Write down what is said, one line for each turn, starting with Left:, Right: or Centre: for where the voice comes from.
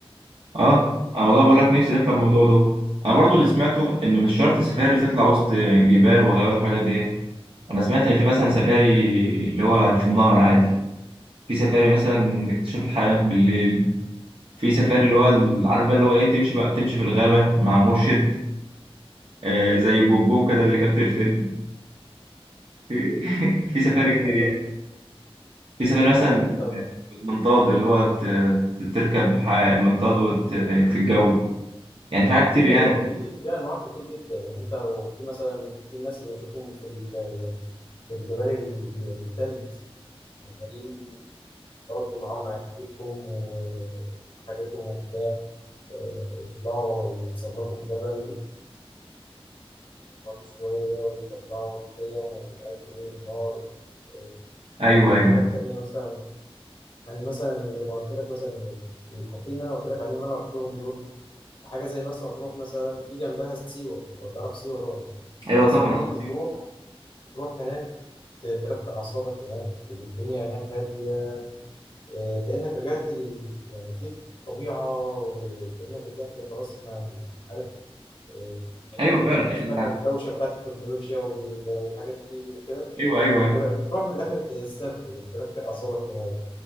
Left: فاهم
Right: اه انا والله بقول لك نفسي نطلع الموضوع ده انا برضو اللي سمعته ان مش شرط سفاري تطلع وسط جبال وغابات وحاجات دي انا سمعت ان في مثلا سفاري اللي هو في النهر عادي في سفاري مثلا اكتشاف الحيوانات بالليل في سفاري اللي هو ال- عارف بقى اللي هو ايه تمشي بقى تمشي في الغابة مع مرشد آه زي بوبو كده اللي كان في الفيلم في <laughs> في سفاري
Left: ايوه
Right: كتير يعني
Left: فاكر
Right: في سفاري
Left: أيوة.
Right: مثلا
Left: لا انت
Right: بالمنطاد اللي هو ت- تركب ح- منطاد وت... في الجو يعني في حاجات كتير يعني
Left: ايوه في في انواع كتير جدا يعني انت وفي مثلا في الناس اللي بتشوفهم في ال- في الجبال ال- التلج عمالين برضه معاهم عدتهم و- وحاجتهم وبتاع آه، يطلعوا يتسلقوا الجبل ويقعدوا شوية ويطلعوا الخيم ومش عارف إيه والنار آه،
Right: ايوه
Left: في
Right: ايوه
Left: حاجات
Right: ايوه
Left: تانية مثلا يعني مثلا زي ما قلت لك مثلا الحاجتين اللي أنا قلت لك عليهم اللي أنا رحتهم دول حاجه زي مرسى مطروح مثلا في جنبها سيوه لو تعرف سيوه طبعا
Right: ايوه طبعا
Left: سيوه دي
Right: عارف
Left: بتروح تروح هناك ت- ترفع اعصابك هناك الدنيا هناك هاديه آه، كانك رجعت لل يعني في الطبيعه وكانك رجعت خلاص ما عارف آه، هو
Right: ايوه
Left: ما
Right: فعلا
Left: ما فيش بقى الدوشه بتاعت التكنولوجيا وال- والحاجات دي وكده
Right: ايوه ايوه ايوه
Left: تر- بتروح في الاخر تسترخي ترفع اعصابك هناك